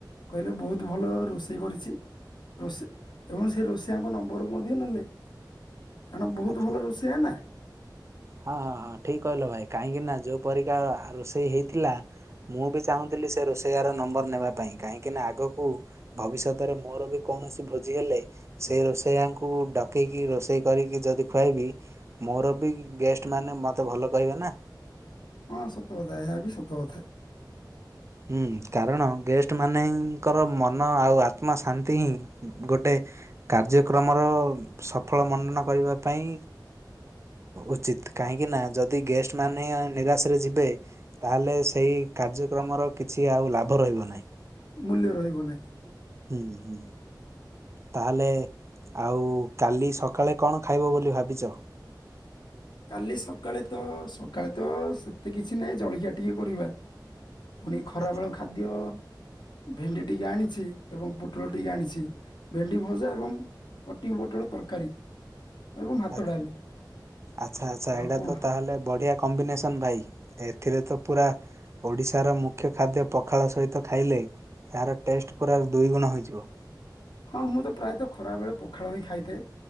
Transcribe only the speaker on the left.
କହିଲେ ବହୁତ ଭଲ ରୋଷେଇ କରିଛି ରୋଷେଇ ଏବଂ ସେ ରୋଷେଇଆଙ୍କ ନମ୍ବର ମଧ୍ୟ ନେଲେ କାରଣ ବହୁତ
ଭଲ ରୋଷେଇଆ ନା
ହଁ ସତ କଥାଏ ଏହା ବି ସତ କଥାଏ।
ମୂଲ୍ୟ ରହିବ ନାହିଁ।
କାଲି ସକାଳେ ତ ସକାଳେ ତ ସେତେ କିଛି ନାହିଁ ଜଳଖିଆ ଟିକେ କରିବା ପୁଣି ଖରା
ବେଳକୁ ଖାଦ୍ୟ ଭେଣ୍ଡି ଟିକେ ଆଣିଛି ଏବଂ ପୋଟଳ ଟିକେ ଆଣିଛି ଭେଣ୍ଡି ଭଜା ଏବଂ କଟି ପୋଟଳ ତରକାରୀ ଏବଂ ଭାତ
ଡାଲି
ଆଉ
କଣ
ହଁ ମୁଁ ତ ପ୍ରାୟତଃ ଖରାବେେଳେ ପଖାଳ ହିଁ ଖାଇଥାଏ